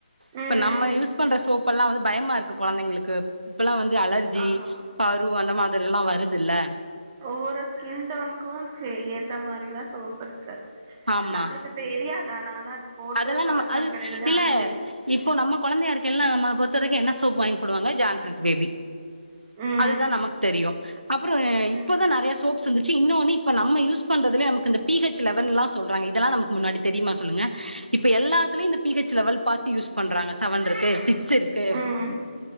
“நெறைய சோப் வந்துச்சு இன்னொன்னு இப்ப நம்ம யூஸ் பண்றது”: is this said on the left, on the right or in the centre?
Right